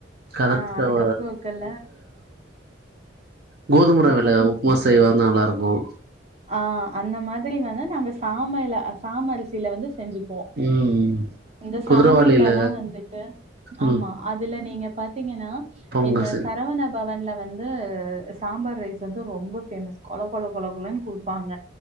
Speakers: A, on the right; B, on the right.
A: கதக்தவ
B: ஆ அதுக்கப்பற இருக்கல்ல
A: கோது ரவைல உப்புமா செய்வா நல்லா இருக்கு
B: ஆ அந்த மாதிரி வந்து நாங்க சாமைல சாம அரிசில வந்து செஞ்சுப்போ
A: ம் ம்
B: இந்த
A: குதிரவாளில
B: சாமையிலல்லா வந்துட்டு ஆமா
A: ம்
B: அதுல நீங்க பாத்தீங்கன்னா
A: பொங்கல்
B: இந்த
A: செஞ்
B: சரவணப் பவன்ல வந்து சாம்பார் ரைஸ் வந்து ரொம்ப பேமஸ் கொல கொல கொலன்னு குடு ப்பாங்க